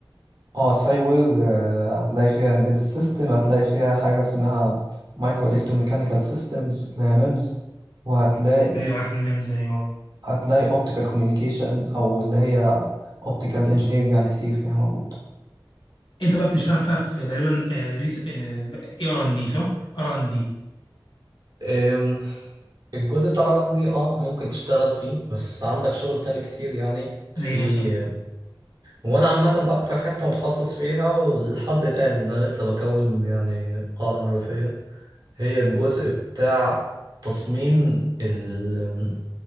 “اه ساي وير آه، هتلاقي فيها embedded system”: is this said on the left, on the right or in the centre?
Right